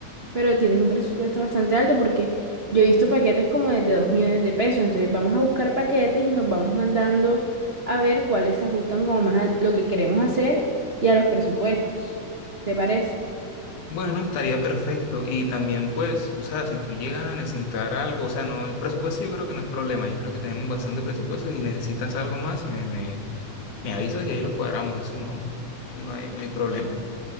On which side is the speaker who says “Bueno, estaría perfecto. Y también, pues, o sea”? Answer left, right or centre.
Left